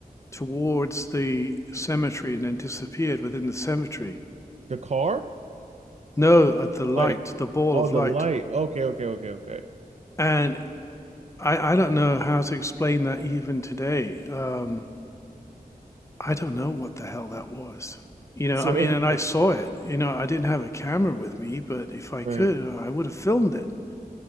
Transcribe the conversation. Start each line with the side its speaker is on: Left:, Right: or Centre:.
Left: towards the cemetery and then disappeared within the cemetery.
Right: The car?
Left: No, at the light,
Right: Light.
Left: the ball
Right: Oh,
Left: of
Right: the
Left: light.
Right: light. Okay, okay, okay, okay.
Left: And I, I don't know how to explain that even today. Um, I don't know what the hell that was. You know,
Right: So
Left: I mean,
Right: it was
Left: and
Right: just
Left: I
Right: like
Left: saw it. You know, I didn't have a camera with me, but if I could,
Right: right.
Left: I would have filmed it,